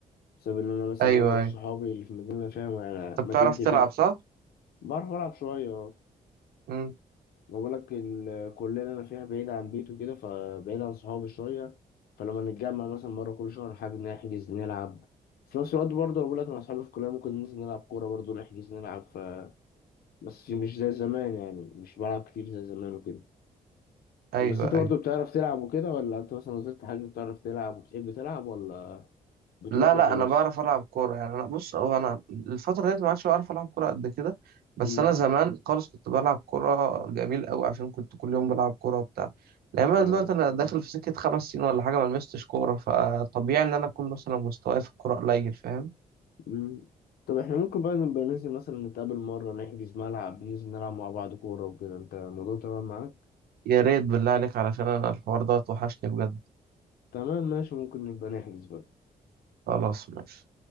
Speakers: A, on the left; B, on the right.
A: بسبب إن أنا مثلا
B: ايوه
A: معظم
B: ايوه
A: صحابي اللي في المدينة اللي أنا فيها يعني
B: انت
A: مدينتي
B: بتعرف تلعب
A: بيه
B: صح؟
A: بعرف ألعب شوية
B: امم
A: بقول لك الكلية اللي أنا فيها بعيدة عن بيته وكده فبعيد عن صحابي شوية فلما نتجمع مثلا مرة كل شهر حاجة نحجز نلعب في نفس الوقت برضه بقول لك أنا أصحابي في الكلية ممكن ننزل نلعب كورة برضه نحجز نلعب ف... بس مش زي زمان يعني مش بلعب كتير زي زمان وكده
B: ايوه
A: بس أنت برضه
B: ايوه
A: بتعرف تلعب وكده ولا أنت مثلا نزلت حاجة بتعرف تلعب وبتحب تلعب ولا بتروح
B: لا
A: وخلاص؟
B: لا انا بعرف العب كوره يعني انا بص هو انا الفتره ديت ما عادش بعرف العب كوره قد كده بس
A: مم.
B: انا زمان خالص كنت بلعب كوره جميل قوي عشان كنت كل يوم بلعب كوره وبتاع لان
A: آه
B: انا دلوقتي انا داخل في سكه خمس سنين ولا حاجه ما لمستش كوره فطبيعي ان انا اكون مثلا مستواي في الكوره قليل فاهم
A: مم. طب احنا ممكن بقى نبقى ننزل مثلا نتقابل مرة نحجز ملعب ننزل نلعب مع بعض كورة وكده أنت الموضوع تمام معاك؟
B: يا ريت بالله عليك علشان انا الحوار ده وحشني بجد
A: تمام ماشي ممكن نبقى نحجز بقى
B: خلاص ماشي